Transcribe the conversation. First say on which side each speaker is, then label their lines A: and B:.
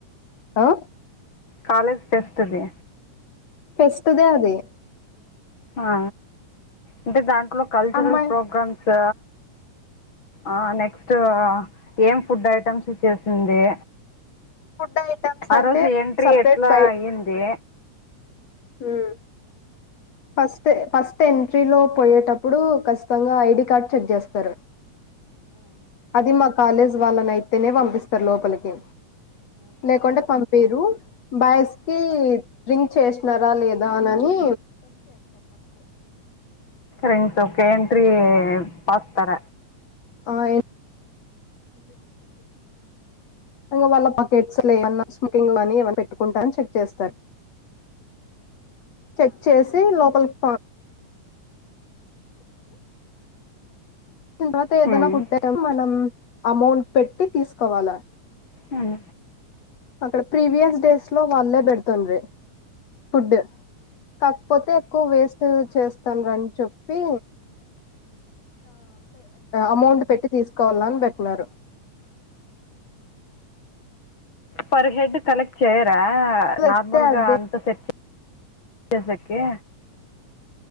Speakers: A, on the left; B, on the left.
A: ఆ
B: కాలేజ్ ఫెస్ట్ అది
A: ఫెస్ట్ దే అది
B: ఆ ఇంట ద ఎ కల్చరల్
A: అమ్మాయి
B: ప్రోగ్రామ్స్ ఆ నెక్స్ట్ ఏం ఫుడ్ ఐటెమ్స్ చేసింది
A: ఫుడ్ ఐటమ్స్
B: ఆ
A: అంటే
B: రోజు ఎంట్రీ
A: సపరేట్
B: ఎట్లా
A: బైట్
B: అయ్యింది
A: మ్మ్ ఫస్ట్ ఫస్ట్ ఎంట్రీలో పోయేటప్పుడు ఖచ్చితంగా ఐడి కార్డ్ చెక్ చేస్తారు అది మ కాలేజ్ వాళ్ళనైతేనే పంపిస్తారు లోపలికి లేకుంటె పంపిరు బస్కి డ్రింక్ చేసినారా లేదా అననని
B: రెంస్ ఓకే ఎంట్రీ పాస్తర
A: ఆ ఇ వాళ్ళ పకెట్స్ లేన్నా స్కింగ్ కాని ఏ పెట్టుకుంటాని చెక్ చేస్తారు చెక్ చేసి లోపలికి ిన తర్వాత
B: పాస్తారా
A: ఏదనా ఫుడ్ అ మనం అమౌంట్ పెట్టి తీసుకోవాలా
B: మ్మ్
A: అక్కడ ప్రీవియస్ డేస్ లో వాళ్లే పెడ తారు ఫుడ్ కాకపోతే ఎక్కువ వేస్ట్ చేస్తనని చెప్పి అమౌంట్ పెట్టి తీసుకు కోాలని పెట్టినన్నారు
B: పర్ హెడ్ కలెక్ట్ చేయాల నార్మల్గా
A: అయితే అదే
B: అంత సెట్ చేసకే